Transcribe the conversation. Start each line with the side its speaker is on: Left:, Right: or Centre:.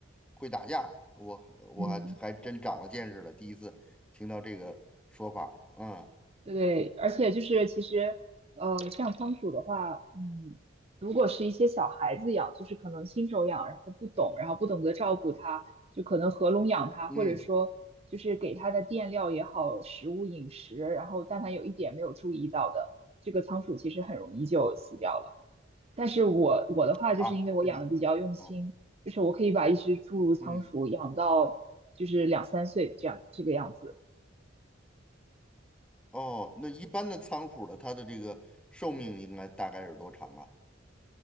Centre: 会打架，我我还还真长了见识了，
Right: 嗯。
Centre: 第一次听到这个说法儿。嗯
Right: 对对，而且就是其实，呃，像仓鼠的话，嗯，如果是一些小孩子养，就是可能新手养，然后不懂，然后不懂得照顾它，就可能合笼养它，
Centre: 嗯，
Right: 或者说就是给它的垫料也好，食物饮食，然后但凡有一点没有注意到的，这个仓鼠其实很容易就死掉了。但是我我的话，
Centre: 好，
Right: 就是因为我养的比较用心，
Centre: 是吧？嗯
Right: 就是我可以把一只侏儒仓鼠养到就是两三岁这样这个样子。
Centre: 嗯。哦，那一般的仓鼠的，它的这个寿命应该大概是多长啊？